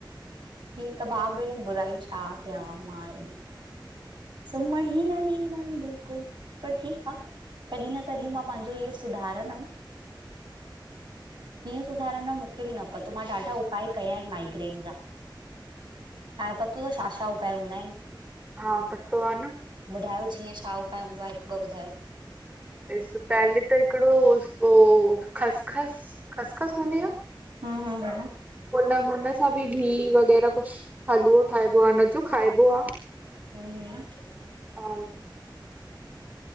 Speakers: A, on the right (about 65°); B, on the right (about 20°).
A: ठीक आह भाउ भेण बुराई छा कयां, मां ई। सुम्हण ही न ॾिन्दा आहिंन बिल्कुलु। पर ठीकु आह। कॾहिं न कॾहिं मां पंहिंजो इहो सुधारंदम। कीअं सुधारण मूंखे बि न पतो, मां ॾाढा उपाय कया आहिन माइग्रेन जा। तां ये पतो त छा छा उपाय हूंदा आहिन।
B: हा पतो आह न।
A: ॿुधायो जीअं छा उपाय हूंदो आह, हिकु ॿ ॿुधायो?
B: ॾिस पहले त हिकिॾो उ ओ ख़सखस, ख़सखस हूंदी आह।
A: हा हा हा।
B: हुन हुन सां बि घिह वग़ैरह कुझु हलवो ठाहिबो आह हुन जो खाइबो आह।
A: <unintelligible>
B: <unintelligible>